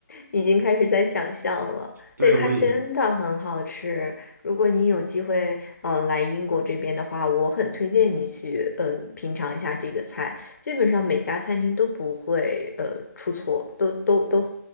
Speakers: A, on the left (about 60°); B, on the right (about 65°).
A: 已经开始在想象了。
B: 对，
A: 对，它真的很好吃。
B: 我已
A: 如果你有机会，呃，来英国这边的话，我很推荐你去，嗯、品尝一下这个菜。基本上每家餐厅都不会，呃，出错，都都都